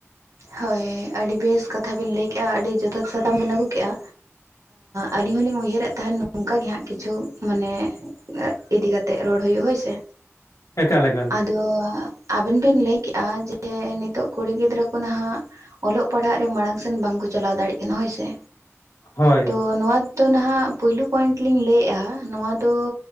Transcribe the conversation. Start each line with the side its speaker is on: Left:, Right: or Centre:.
Right: ᱦᱳᱭ ᱟᱹᱰᱤ ᱵᱮᱥ ᱠᱟᱛᱷᱟ ᱵᱮᱱ ᱞᱟᱹᱭ ᱠᱮᱜᱼᱟ, ᱟᱹᱰᱤ ᱡᱚᱛᱷᱟᱛ ᱥᱟᱛᱟᱢ ᱵᱮᱱ ᱟᱹᱜᱩ ᱠᱮᱜᱼᱟ᱾ ᱟᱹᱞᱤᱧ ᱦᱚᱞᱤᱧ ᱩᱭᱦᱟᱹᱨᱮᱫ ᱛᱟᱦᱮᱱ ᱱᱚᱝᱠᱟ ᱜᱮ ᱦᱟᱸᱜ ᱠᱤᱪᱷᱩ ᱢᱟᱱᱮ ᱤᱫᱤ ᱠᱟᱛᱮᱜ ᱨᱚᱲ ᱦᱳᱭᱳᱜᱼᱟ ᱦᱳᱭ ᱥᱮ
Left: ᱮᱠᱟᱞ ᱮᱠᱟᱞ
Right: ᱫᱚ ᱟᱵᱮᱱ ᱵᱮᱱ ᱞᱟᱹᱭ ᱠᱮᱜᱼᱟ ᱡᱮ ᱱᱤᱛᱚᱜ ᱠᱩᱲᱤ ᱜᱤᱫᱽᱨᱟᱹ ᱱᱟᱦᱟᱜ ᱚᱞᱚᱜ ᱯᱟᱲᱦᱟᱜ ᱨᱮ ᱢᱟᱲᱟᱝ ᱥᱮᱱ ᱵᱟᱝᱠᱚ ᱪᱟᱞᱟᱣ ᱫᱟᱲᱮᱭᱟᱜ ᱠᱟᱱᱟ ᱦᱳᱭ ᱥᱮ᱾
Left: ᱦᱳᱭ᱾
Right: ᱛᱚ ᱱᱚᱣᱟ ᱫᱚ ᱱᱟᱦᱟᱜ ᱯᱩᱭᱞᱩ ᱯᱚᱭᱮᱱᱴ ᱞᱤᱧ ᱞᱟᱹᱭᱮᱜᱼᱟ ᱱᱚᱣᱟ ᱫᱚ